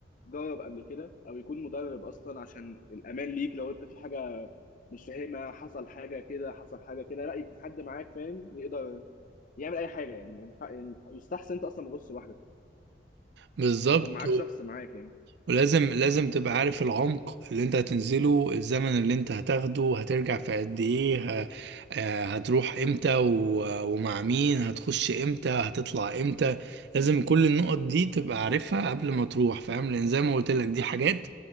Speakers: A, on the left; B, on the right.
A: جرب قبل كده او يكون مدرب اصلا عشان الامان ليك لو انت في حاجه مش فاهمها حصل حاجه كده حصل حاجه كده لا يكون حد معاك فاهم يقدر يعمل اي حاجه يعني ما ينفع- يعني يستحسن انت اصلا ما تغوصش لوحدك
B: بالظبط
A: يكون معاك شخص معاك يعني
B: ولازم لازم تبقى عارف العمق اللي انت هتنزله الزمن اللي انت هتاخده هترجع في قد ايه ه- آه، هتروح امتى و- ومع مين هتخش امتى هتطلع امتى لازم كل النقط دي تبقى عارفها قبل ما تروح فاهم لان زي ما قلت لك دي حاجات